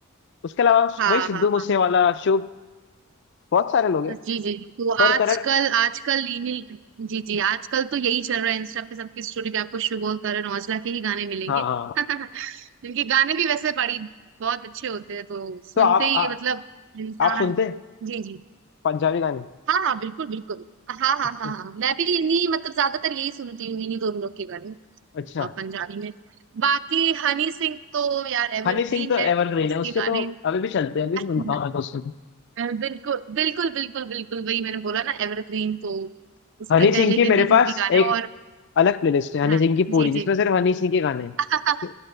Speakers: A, on the left (about 55°); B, on the right (about 60°).
A: उसके अलावा
B: हाँ
A: वही सिद्धू
B: हाँ
A: मूसेवाला
B: हाँ
A: शुभ बहुत सारे लोग हैं
B: जी जी तो
A: पर
B: आजकल
A: करण
B: आजकल रीमिल जी जी आजकल तो यही चल रहा है इंस्टा पे सबकी स्टोरी पे आपको शुभ और करण औजला के ही गाने मिलेंगे
A: हाँ
B: <laughs>
A: हाँ
B: इनके गाने भी वैसे बड़ी बहुत अच्छे होते हैं तो सुनते
A: तो आप
B: ही
A: आ,
B: मतलब इंसान
A: आप सुनते हैं
B: जी जी
A: पंजाबी गाने
B: हाँ हाँ बिल्कुल बिल्कुल हाँ हाँ
A: अच्छा
B: हाँ हाँ मैं भी इन्हीं मतलब ज्यादातर यही सुनती हूँ इन्हीं दोनों लोग के गाने
A: अच्छा
B: अ, पंजाबी में बाकी हनी सिंह तो यार एवरग्रीन
A: हनी सिंह तो
B: है
A: एवरग्रीन
B: उसके
A: है उसके
B: गाने
A: तो अभी भी चलते हैं अभी
B: <laughs>
A: भी सुनता हूँ मैं तो हाँ उसके तो।
B: अ, बिल्कुल बिल्कुल बिल्कुल बिल्कुल वही मैंने बोला ना एवरग्रीन तो उसके
A: हनी सिंह
B: पहले
A: की मेरे
B: के भी
A: पास
B: जो भी गाने
A: एक
B: और
A: अलग प्लेलिस्ट है हनी
B: हाँ
A: सिंह की पूरी
B: जी जी
A: जिसमें सिर्फ हनी सिंह के गाने
B: <laughs>
A: हैं